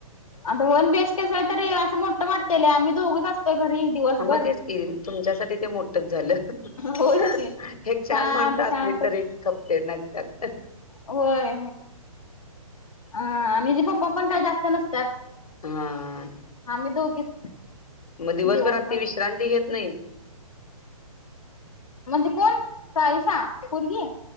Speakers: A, on the left; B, on the left.
A: आता वन बी एच के आहे तरी अस मोठ वाटतय लई आम्ही दोघच असतोय घरी. दिवसभर
B: हा मग तेच की तुमच्यासाठी ते मोठच झाल. एक
A: होयच की
B: चार
A: शांत
B: माणस असली
A: शांत
B: तरी खपतील नाही तर.
A: होय आणि हीचे पप्पा पण काही जास्त नसतात.
B: हा
A: आम्ही दोघीच.
B: मग दिवसभरात
A: दिवसभर
B: ती विश्रांती घेत नाही.
A: म्हणजे कोण साईशा पोरगी.